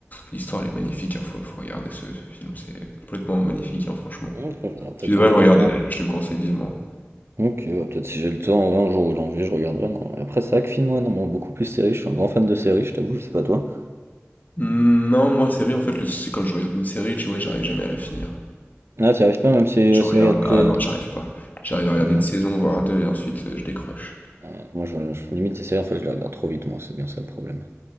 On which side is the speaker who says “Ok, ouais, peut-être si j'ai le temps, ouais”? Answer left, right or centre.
Right